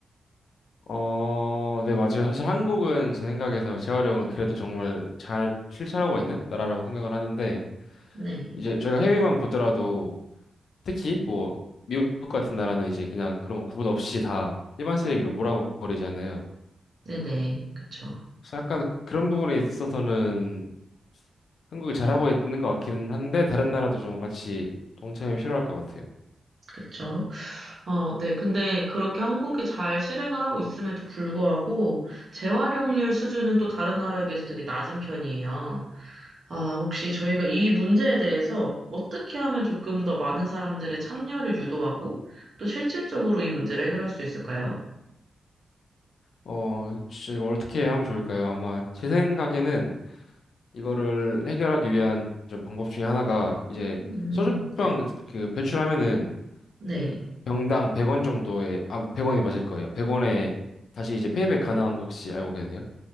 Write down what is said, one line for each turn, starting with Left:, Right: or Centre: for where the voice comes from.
Left: 어, 네, 맞아요. 사실 한국은 제 생각에서 재활용을 그래도 정말 잘 실천하고 있는 나라라고 생각을 하는데,
Right: 네.
Left: 이제 저희가 해외만 보더라도 특히 뭐 미국 같은 나라는 이제 그냥 그런 거 구분 없이 다 일반 쓰레기로 몰아버리잖아요.
Right: 네네. 그쵸.
Left: 그래서 약간 그런 부분에 있어서는 한국이 잘하고 있는 것 같기는 한데, 다른 나라도 좀 같이 동참이 필요할 것 같아요.
Right: 그쵸? 어, 네. 근데 그렇게 한국이 잘 실행을 하고 있음에도 불구하고 재활용률 수준은 또 다른 나라에 비해서 되게 낮은 편이에요. 아, 혹시 저희가 이 문제에 대해서 어떻게 하면 조금 더 많은 사람들의 참여를 유도하고 또 실질적으로 이 문제를 해결할 수 있을까요?
Left: 어, 진짜 이거 어떻게 하면 좋을까요? 아마 제 생각에는 이거를 해결하기 위한 좀 방법 중에 하나가 이제
Right: 음,
Left: 소주병
Right: 네.
Left: 그 배출하면은
Right: 네.
Left: 그 병당 100원 정도에 아원이 맞을 거예요. 100원에 다시 이제 페이백 가능한 거 혹시 알고 계세요?